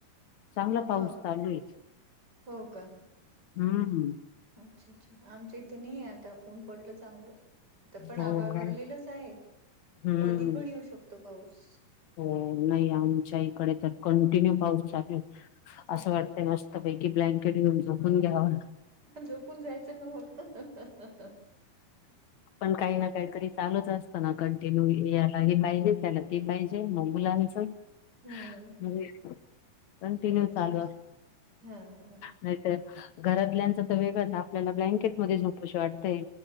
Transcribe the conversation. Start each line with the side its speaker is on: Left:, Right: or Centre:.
Left: चांगला पाऊस
Right: हो,
Left: चालू आहे
Right: हो का?
Left: हम्म
Right: अच्छा अच्छा आमच्या इथे नाही आता ऊन पडलं चांगलं. इथं तर पण
Left: हो
Right: आभाळ
Left: काय
Right: भरलेलच आहे
Left: हम्म
Right: कधी पण येऊ शकतो पाऊस...
Left: हो नाही आमच्या इकडे तर कंटिन्यू पाऊस चालेूल
Right: हा.
Left: असं वाटत मस्त.. मस्तपैकी ब्लँकेट घेऊन झोपून घ्यावा.
Right: जोपून जायचं ना मग...
Left: पण काही ना काहीतरी चालूच असत. ना कंटिन्यू याला हे पाहिजे त्याला ते पाहिजे मग. मुलांच म्हजे
Right: हं,
Left: कंटिन्यू
Right: अच्छा,
Left: चालू
Right: अच्छा
Left: असत.
Right: हा हा
Left: नाहीतर घरातल्यांच तर वेगंच आपल्याला ब्लँकेट मध्ये झोपोशी वाटतय.